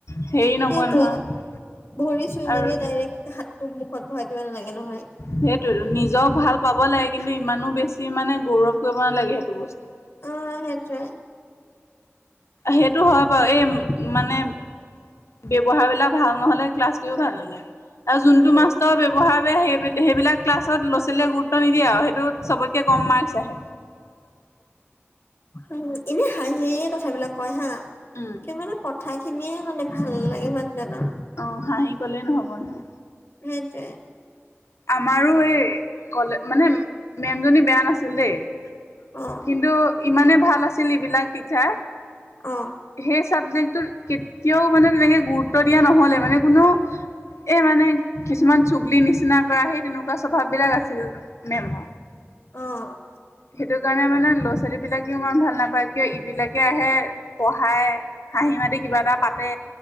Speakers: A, on the left; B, on the left.
A: সেৰি নকয়,
B: সেইটোৱে
A: নহয়।
B: ভৰি চুই-মেলি
A: আৰু
B: ডাইৰেক্ট, হাতটো মুখত ভৰাই দিব নালাগে, নহয়।
A: সেইটোৱেটো, নিজক ভাল পাব লাগে, কিন্তু ইমানো বেছি মানে, গৌৰৱ কৰিব নালাগে, সেইটো বস্তু।
B: অ'! সেইটোৱে।
A: সেইটো হয় বাৰু। এই, মানে ব্যৱহাৰ বিলাক ভাল নহ'লে, ক্লাছ কৰিও ভাল নালাগে। আৰু যোনটো
B: উম
A: মাষ্টৰ ব্যৱহাৰ <unintelligible> সেই, সেইবিলাক ক্লাছত ল'ৰা-ছোৱালীয়ে গুৰুত্ব নিদিয়ে আৰু। সেইটোত, চবতকে কম মাৰ্ক্স আহে।
B: উম, এনে, হাঁহি-হাঁহিয়ে কথাবিলাক কয় হা!
A: উম,
B: কি মানে, ক কথা খিনিয়ে মানে, ভাল লাগে মানুহজনৰ!
A: অ'! হাঁহি ক'লে ন'হব নহয়।
B: সেইটোৱে।
A: আমাৰো এই, ক'লে, মানে, মে'মজনী বেয়া নাছিল, দেই।
B: অ
A: কিন্তু, ইমানেই ভাল আছিল, এইবিলাক টিচাৰ।
B: অ'
A: সেই চাবজেক্টটোত কেতিয়াও মানে তেনেকে গুৰুত্ব দিয়া ন'হলে মানে কোনো এই মানে কিছুমান চুগলি নিচিনা কৰা সি তেনেকুৱা স্বভাৱ বিলাক আছিল মে'ম।
B: অ'।
A: সেইটো কাৰণে মানে ল'ৰা ছোৱালী বিলাকেও ইমান ভাল নাপায় কিয় ইবিলাকে আহে পঢ়ায় হাঁহি মাতি কিবা এটা পাতে